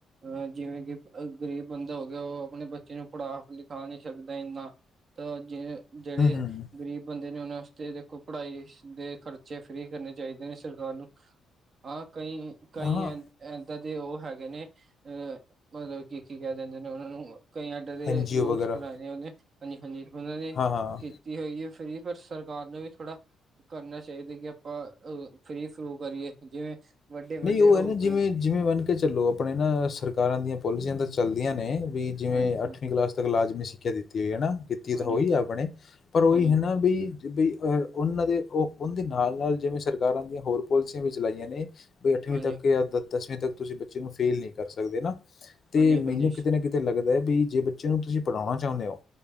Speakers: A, on the right; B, on the left.
A: ਅ ਜਿਵੇਂ ਕਿ ਗ਼ਰੀਬ ਬੰਦਾ ਹੋ ਗਿਆ ਓ ਆਪਣੇ ਬੱਚੇ ਨੂੰ ਪੜ੍ਹਾ, ਲਿਖਾ ਨੀ ਸਕਦਾ ਇੰਨਾ ਤਾਂ ਜੇ ਜੇੜੇ
B: ਹੂੰ ਹੂੰ
A: ਗ਼ਰੀਬ ਬੰਦੇ ਨੇਂ ਉਨਾਂ ਆਸਤੇ ਦੇਖੋ ਪੜ੍ਹਾਈ ਦੇ ਖਰਚੇ ਫ੍ਰੀ ਕਰਨੇ ਚਾਈਦੇ ਨੇਂ ਸ ਸਰਕਾਰ ਨੂੰ, ਹਾਂ ਕਈ-ਕਈ
B: ਹਾਂ
A: ਐ ਇੱਦਾਂ ਦੇ ਉਹ ਹੈਗੇ ਨੇਂ ਅ ਮਤਲਬ ਕੀ ਕੀ ਕਹਿ ਦਿੰਦੇ ਨੇਂ ਉਹਨਾਂ ਨੂੰ। ਕਈ <unintelligible> ਦੇ
B: ਐਨ ਜੀ
A: ਰੂਲਸ
B: ਓ ਵਗੈਰਾ
A: ਬਣਾਏ ਨੇ ਉਹਨੇ ਹਾਂਜੀ ਹਾਂਜੀ ਉਹਨਾਂ ਨੇ
B: ਹਾਂ ਹਾਂ
A: ਕੀਤੀ ਹੋਈ ਐ ਫਰੀ ਪਰ ਸਰਕਾਰ ਨੂੰ ਵੀ ਥੋੜਾ ਕਰਨਾ ਚਾਹੀਦਾ ਕਿ ਆਪਾਂ ਔਹ ਫਰੀ ਫਰੂ ਕਰੀਏ ਜਿਵੇਂ ਵੱਡੇ ਵੱਡੇ
B: ਨਹੀਂ ਉਹ ਹੈ ਨਾ
A: ਹੋ
B: ਜਿਵੇਂ
A: ਗਏ ਨੇ।
B: ਜਿਵੇਂ ਮੰਨ ਕੇ ਚੱਲੋ ਆਪਣੇ ਨਾ ਸਰਕਾਰਾਂ ਦੀਆਂ ਪੋਲਸੀਆਂ ਤਾਂ ਚੱਲਦੀਆਂ ਨੇ ਵੀ ਜਿਵੇਂ
A: ਹਾਂਜੀ
B: ਅੱਠਵੀਂ
A: ਹਾਂਜੀ
B: ਕਲਾਸ ਤੱਕ ਲਾਜ਼ਮੀ ਸਿੱਖਿਆ ਦਿੱਤੀ ਹੋਈ ਹੈਨਾ ਦਿੱਤੀ
A: ਹਾਂਜੀ
B: ਤਾਂ ਉਹੀ ਆਪਣੇ ਪਰ ਉਹੀ
A: ਹਾਂਜੀ
B: ਹੈਨਾ ਵਈ ਜੀ ਬਈ ਉਹਨਾਂ ਦੇ ਉਹ ਓਂਹਦੇ ਨਾਲ ਨਾਲ ਜਿਵੇਂ ਸਰਕਾਰਾਂ ਦੀਆਂ ਹੋਰ ਪੌਲਸੀਆਂ ਵੀ ਚਲਾਈਆਂ ਨੇ ਬਈ ਅੱਠਵੀਂ
A: ਹਾਂਜੀ
B: ਤੱਕ ਜਾਂ ਦਸਵੀਂ ਤੁਸੀਂ ਬੱਚੇ ਨੂੰ ਫੇਲ ਨੀ ਕਰ ਸਕਦੇ ਨਾ ਤੇ
A: ਹਾਂਜੀ ਹਾਂਜੀ
B: ਮੈਨੂੰ ਕਿਤੇ ਨਾ ਕਿਤੇ ਤੇ ਲੱਗਦਾ ਵੀ ਜੇ ਬੱਚੇ ਨੂੰ ਤੁਸੀਂ ਪੜ੍ਹਾਉਣਾ ਚਾਹੁੰਨੇ ਹੋ